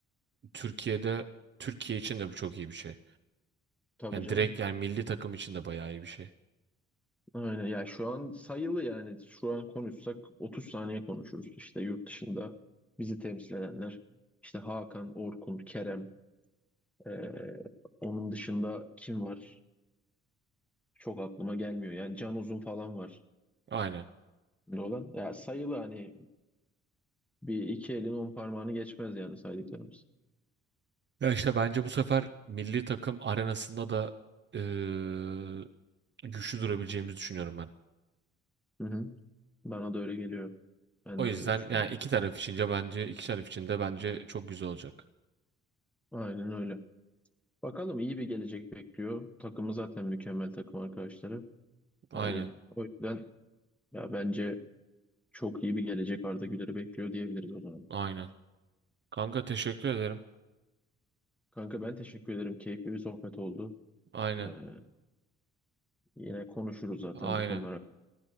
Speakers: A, on the right; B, in the centre.
A: Türkiye'de Türkiye için de bu çok iyi bir şey.
B: Tabii
A: Yani
B: canım.
A: direkt yani milli takım için de bayağı iyi bir şey.
B: Aynen ya şu an sayılı yani şu an konuşsak 30 saniye konuşuruz. İşte yurt dışında bizi temsil edenler işte Hakan, Orkun, Kerem ee, onun dışında kim var? Çok aklıma gelmiyor. Yani Can Uzun falan var.
A: Aynen.
B: Ne olan. Ya sayılı hani bir iki elin on parmağını geçmez yani saydıklarımız.
A: Ya işte bence bu sefer milli takım arenasında da eee, güçlü durabileceğimizi düşünüyorum ben.
B: Hı hı. Bana da öyle geliyor. Ben
A: O
B: de
A: yüzden
B: böyle düşünüyorum.
A: yani iki taraf içince bence iki taraf için de bence çok güzel olacak.
B: Aynen öyle. Bakalım iyi bir gelecek bekliyor. Takımı zaten mükemmel takım arkadaşları.
A: Aynen.
B: Hani o yüzden ya bence Çok iyi bir gelecek Arda Güler'i bekliyor diyebiliriz o zaman.
A: Aynen. Kanka teşekkür ederim.
B: Kanka ben teşekkür ederim. Keyifli bir sohbet oldu.
A: Aynen.
B: Ee, yine konuşuruz zaten
A: Aynen.
B: bu konular